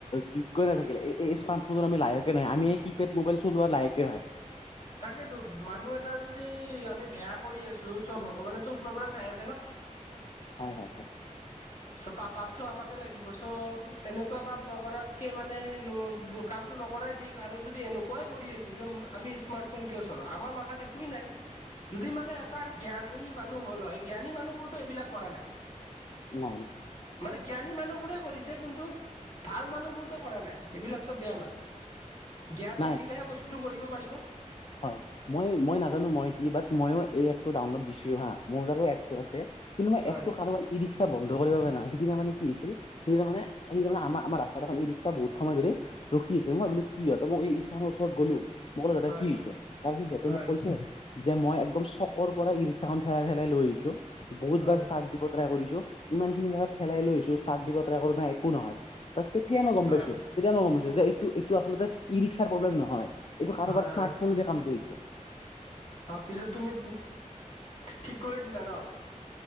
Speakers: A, on the left (about 45°); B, on the left (about 65°).
A: যোগয় নাথাকে এই স্মাৰ্টফোনত লাহেকে নহয় আমি এই কি কিপেড মোবাইল চলোৱাৰ লাহেকে হয়
B: তাকেতো মানুহ এটা যদি আমি বেয়া কৰি আছো চব ভগৱানেেতো ওপৰৰ পৰা চাই আছে ন
A: হয়। হয়। হয়।
B: চ' প পাপতটো আমাকে লাগিব চ' এনেকুৱা পাপ নকৰাতকে মানে ন ব কাপ ফোনটো নকৰাই থিক আৰু যদি এনেকুৱাই কৰি আছো যদি আমি স্মাত ফোন কিয় চলাই আমাৰ মাথাত একোই নাই মদি মানে এটা জ্ঞান জ্ঞানী মানুহ হ'ল হয় জ্ঞানী মানুহবোৰতো এইবিলাক কৰা নাই।
A: নাই। নাই।
B: মানে জ্ঞানী মানুহ বোৰে কৰিছে কিন্তু ভাল মানুহ বোৰতো কৰা নাই এইবিলাক চব বেয়া মানুহ জ্ঞান
A: নাই
B: থাকিলেহে বস্তুতটো কৰিব পাৰি।
A: হয় মই মই নাজানো মই কি বাত মইয়ো এই এপটো ডাউনলোড দিছিলোঁ হা মোৰ তাতো এপটো আছে। কিন্তু মই
B: হয়
A: এপটো কাৰোবা গিৰি ৰিক্সান্ধ কৰিব পাৰে নহ সদিনা মানে কি হৈছিল সিদিনা মানে সেইদিনা মে আম আমাৰ ৰাস্তা এখন ইৰিক্সা বহুত সময় ধৰি ৰখি আছে মই ভাবিছোঁ কি হ'ল মই মইৰিক্সাখৰ ওচৰত গলো মোক ক'লে দাদা
B: হয়
A: কি হৈছে তাৰ পিছত তেওঁ
B: হয়
A: মোক কৈছে যে মই একদম চকৰ পৰা ই ৰিক্সাখন ঠেলাই ঠেলাই লৈ আহিছো বহুত
B: হয়
A: বাৰ ষ্টাৰ্ দিব ট্ৰাই কৰিছো ইমান খিনি জেগাত থেলাই লৈ আহিছো ষ্টাক দিব টাই কৰিছো নাই একো নহয় ত তেতিয়াই মই গম
B: হয়।
A: পাইছো তেতিয়া মই গম পাইছো যে এইটো এইটো আচলতে ই ৰিক্সাৰ প্ৰব্লেম নহয় এইটো কাৰোবাৰ
B: হয়
A: স্মাৰ্ট
B: হয়
A: কাম ক ইছে
B: অ পিছত তুমি ঠিক কৰি দিলা ন